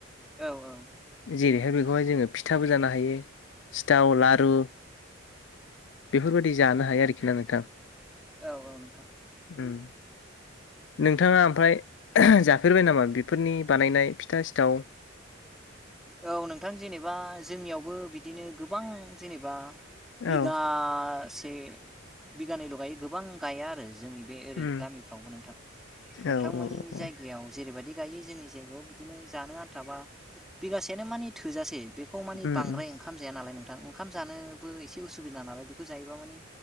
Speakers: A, in the centre; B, on the left.
A: औ औ
B: जेरैहाय बेखौहाय जोङो फिथाबो जानो हायो सिथाव लारु बेफोरबायदि जानो हायो आरोखि ना नोंथां
A: औ औ नोंथां
B: उम नोंथाङा ओमफ्राय जा- फेरबाय नामा बेफोरनि बानायनाय फिथा सिथाव
A: औ नोंथां जेनेबा जोंनियावबो बिदिनो गोबां जेनेबा बिगासे
B: औ
A: बिगानैल' गायो गोबां गाया आरो जोंनि बे ओरै
B: उम
A: गामिफ्रावबो नोंथां नोंथांमोननि
B: औ औ
A: जायगायाव
B: औ
A: जेरैबायदि बिदि गायो जोंनि जायगायाव बिदिनो जानो आनथाबा बिगासेयानो मानि थोजासे बेखौ मानि
B: उम
A: बांद्राय
B: उम
A: ओखाम जाया नालाय नोंथां ओंखाम जानोबो एसे उसुबिदा नालाय बेखौ जायोबा मानि